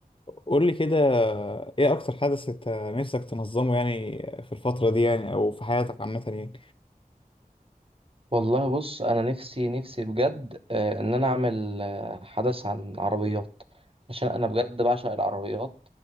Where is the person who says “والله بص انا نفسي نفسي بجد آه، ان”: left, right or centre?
Right